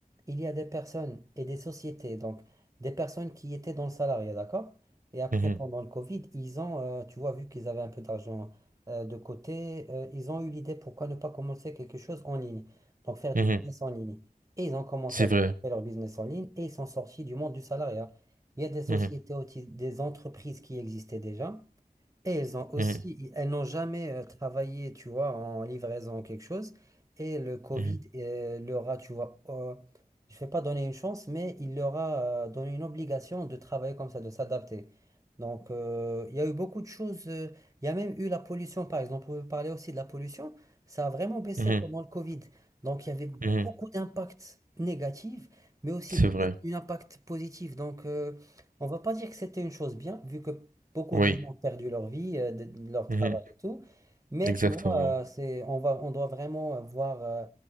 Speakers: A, on the right; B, on the right.
A: il y a des personnes et des sociétés, donc des personnes qui étaient dans le salariat, d'accord? Et après,
B: mhm,
A: pendant le Covid, ils ont, euh, tu vois, vu qu'ils avaient un peu d'argent euh, de côté, euh, ils ont eu l'idée pourquoi ne pas commencer quelque chose en ligne, donc faire du
B: mhm.
A: business en ligne. Et ils ont commencé
B: C'est
A: à
B: vrai.
A: développer leur business en ligne et ils sont sortis du monde du salariat. Il y a des sociétés,
B: Mhm,
A: aussi- des entreprises qui existaient déjà, et elles ont aussi,
B: mhm,
A: elles n'ont jamais euh, travaillé, tu vois, en livraison ou quelque chose. Et le Covid
B: mhm,
A: euh, leur a, tu vois, euh, je ne vais pas donner une chance, mais il leur a euh, donné une obligation de travailler comme ça, de s'adapter. Donc, euh, il y a eu beaucoup de choses. euh, il y a même eu la pollution, par exemple. On peut parler aussi de la pollution. Ça a vraiment baissé
B: mhm,
A: pendant le Covid. Donc, il y avait
B: mhm.
A: beaucoup d'impacts négatifs, mais aussi
B: C'est
A: beaucoup
B: vrai.
A: d'impacts positifs. Donc, euh, on ne va pas dire que c'était une chose bien, vu que Beaucoup
B: Oui.
A: de gens ont perdu leur vie, euh, de- de leur travail
B: Mhm.
A: et tout. Mais
B: Exactement.
A: tu vois, euh, c'est, on va, on doit vraiment euh, voir euh,